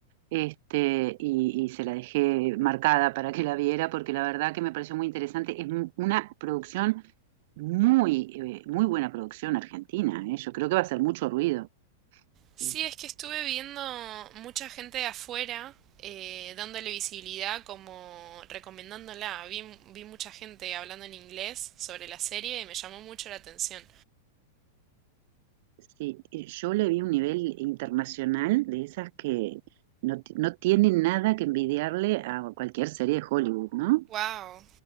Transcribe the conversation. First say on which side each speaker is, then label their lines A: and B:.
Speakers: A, on the right (about 50°); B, on the right (about 30°).
A: este, y, y se la dejé marcada para que la viera, porque la verdad que me pareció muy interesante. Es mu- una producción muy, eh, muy buena producción argentina, ¿eh? Yo creo que va a hacer mucho ruido.
B: Sí,
A: Este,
B: es que estuve viendo mucha gente de afuera eh, dándole visibilidad, como recomendándola. Vi, vi mucha gente hablando en inglés sobre la serie y me llamó mucho la atención.
A: sí, y yo le vi un nivel internacional de esas que no, ti- no tienen nada que envidiarle a cualquier serie de Hollywood, ¿no?
B: Wow.